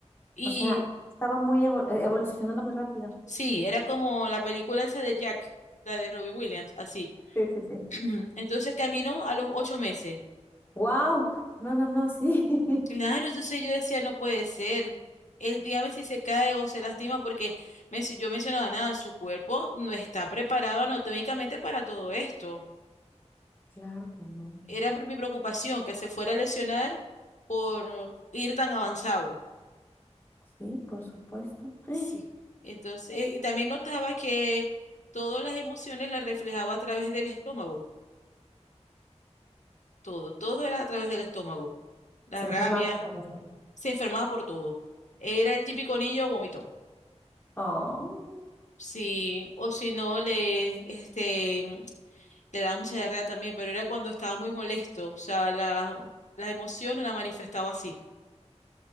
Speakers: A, on the left (about 90°); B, on the left (about 20°).
A: Y
B: O sea, estaba muy evol- eh, evolucionando muy rápido.
A: sí, era como la película esa de Jack, la de Robin Williams, así.
B: Sí, sí, sí.
A: <clears throat> Entonces caminó a los ocho meses.
B: Wow. No, no, no, sí. <laughs>
A: Claro, entonces yo decía, no puede ser. Él, dígame si se cae o se lastima, porque men- yo mencionaba nada, su cuerpo no está preparado anatómicamente para todo esto.
B: Claro que no.
A: Era pre- mi preocupación que se fuera a lesionar por ir tan avanzado.
B: Sí, por supuesto. <gasps>
A: Sí. Entonces, eh, y también notaba que todas las emociones las reflejaba a través del estómago. Todo, todo era a través del estómago. La
B: Se
A: rabia,
B: enferma mucho la estómago.
A: se enfermaba por todo. Era el típico niño vomitón.
B: Oh. mm.
A: Sí, o si no le, este, mm, le daba mucha diarrea también, pero era cuando estaba muy molesto, o sea, la, la emoción la manifestaba así,